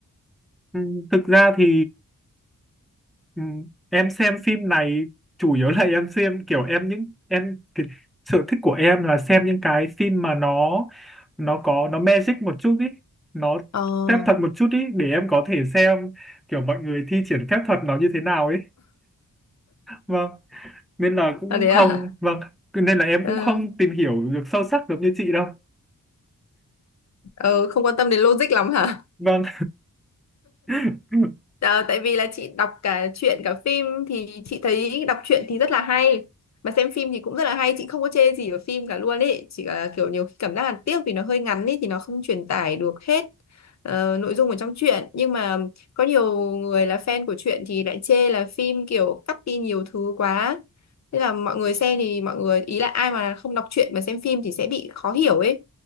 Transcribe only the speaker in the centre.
Ừ, thực ra thì ừ, em xem phim này chủ yếu là em xem kiểu em những em cái sở thích của em là xem những cái phim mà nó nó có nó magic một chút ý, nó
phép thuật một chút ý để em có thể xem kiểu mọi người thi triển phép thuật nó như thế nào ấy. Vâng. nên là cũng
không
vâng nên là em
cũng không tìm hiểu được sâu sắc được như chị đâu
vâng <laughs>